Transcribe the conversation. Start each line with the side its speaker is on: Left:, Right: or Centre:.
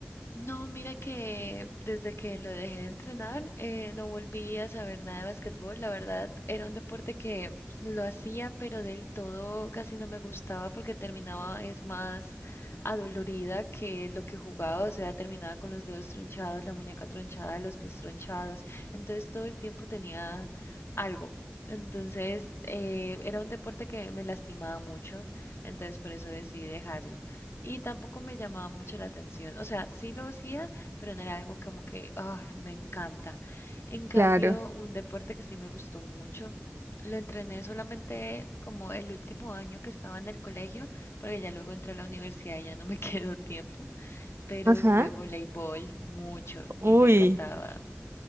Left: No, mira que desde que lo dejé de entrenar, eh, no volví a saber nada de básquetbol. La verdad, era un deporte que lo hacía, pero del todo casi no me gustaba porque terminaba es más adolorida que lo que jugaba. O sea, terminaba con los dedos tronchados, la muñeca tronchada, los pies tronchados. Entonces todo el tiempo tenía algo. Entonces, eh, era un deporte que me lastimaba mucho. Entonces, por eso decidí dejarlo. Y tampoco me llamaba mucho la atención. O sea, sí lo hacía, pero no era algo como que, ah, me encanta. En cambio,
Right: Claro.
Left: un deporte que sí me gustó mucho, lo entrené solamente como el último año que estaba en el colegio, porque ya luego entré a la universidad y ya no me <laughs> quedó tiempo, pero
Right: Ajá.
Left: jugué voleibol mucho
Right: Uy,
Left: y me encantaba.